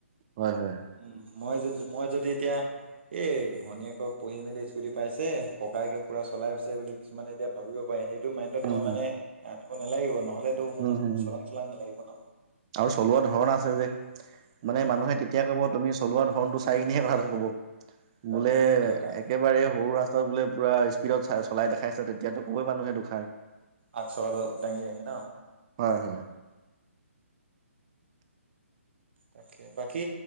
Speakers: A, on the right; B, on the right.
A: হয় হয়
B: উম মই যদি মই যদি এতিয়া এ ভনীয়েক পঢ়ি মেলি স্কুটি পাইছে ককায়েকে পুৰা চলাইছে বুলি কিছুমানে এতিয়া ভাবিব পাৰে সেই মা ইনডত
A: উম
B: মই
A: হুম
B: মানে এ নিব নালাগিব নহ'লে তেতো মোৰ
A: উম হুম হুম
B: চলাং চলাং নালাগিব ন
A: আৰু চলোৱা <unintelligible>
B: উম
A: মানে মানুহে তেতিয়া কব তুমি চলোৱা ধৰণটো চাই কিনিহে কথা কব
B: হয়
A: বোলে
B: হয় সেইটো এটা
A: একেবাৰে সৰু আছে বোলে পুৰা স্পীডত চলাই দেখাইছে তেতিয়াতো কবেই মানুহে দুখাৰ
B: আঠ চাকাটো দাঙি দাঙি ন
A: হয় হয়
B: তাকে বাকী